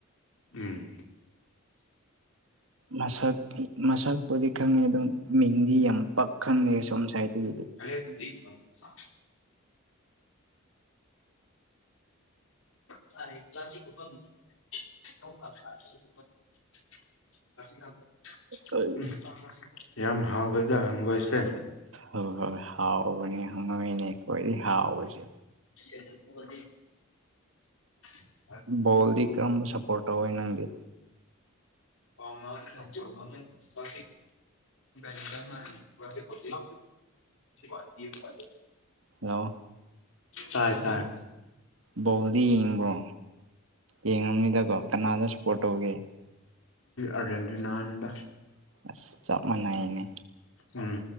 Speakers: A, on the left; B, on the right.
A: ꯎꯝ
B: ꯃꯁꯛ ꯃꯁꯛꯄꯨꯗꯤ ꯈꯪꯉꯦ ꯑꯗꯨꯝ ꯃꯤꯡꯗꯤ ꯌꯥꯝ ꯄꯛ ꯈꯪꯉꯦ ꯁꯣꯝ ꯁ꯭ꯋꯥꯏꯗꯗꯤ
A: ꯈ ꯑꯗꯨ ꯍ ꯀ꯭ꯂ ꯀ꯭ꯂꯁꯤ <unintelligible> <unintelligible>
B: ꯍꯣꯏ
A: ꯌꯥꯝ ꯍꯥꯎꯕꯗ ꯍꯪꯒꯣꯏꯁꯦ
B: ꯍꯣꯏ ꯍꯣꯏ ꯍꯥꯎꯕꯅꯦ ꯍꯪꯉꯣꯏꯅꯦ ꯀꯣꯏꯗꯤ ꯍꯥꯎꯁꯦ
A: ꯗꯤ <unintelligible>
B: ꯕꯣꯜꯗꯤ ꯀꯔꯝꯕ ꯁꯞꯄꯣꯔꯠ ꯇꯧꯋꯦ ꯅꯪꯗꯤ
A: ꯍꯥꯎꯃ ꯈꯃ ꯄ ꯀ ꯃꯥꯒꯤ ꯐꯂ
B: ꯑꯎ
A: ꯇꯥꯏ ꯇꯥꯏ
B: ꯕꯣꯜꯗꯤ ꯌꯦꯡꯕ꯭ꯔꯣ ꯌꯦꯡꯉꯝꯅꯤꯗꯀꯣ ꯀꯅꯥꯗ ꯁꯞꯄꯣꯔꯠ ꯇꯧꯒꯦ
A: ꯑꯔ ꯅꯅꯦꯗ
B: ꯑꯁ ꯆꯞ ꯃꯥꯟꯅꯩꯅꯦ
A: ꯎꯝ